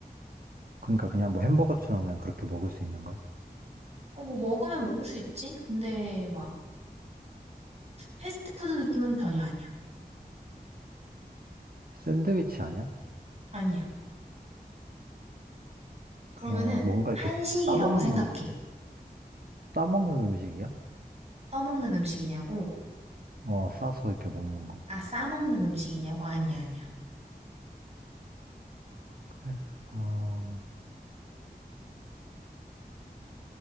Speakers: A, on the right (about 65°); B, on the right (about 40°).
A: 그러니까 그냥 뭐 햄버거처럼 그냥 그렇게 먹을 수 있는 거야?
B: 어, 뭐, 먹으면 먹을 수 있지? 근데, 막, 패스트푸드 느낌은 전혀 아니야.
A: 샌드위치 아니야?
B: 아니야.
A: 그러면
B: 그러면은,
A: 뭔가
B: 한식이라고
A: 이렇게 싸먹는
B: 생각해.
A: 음식이야? 싸먹는 음식이야?
B: 떠먹는 음식이냐고?
A: 어, 싸서 이렇게 먹는 거.
B: 아, 싸먹는 음식이냐고? 아니야, 아니야.
A: 그래. 어,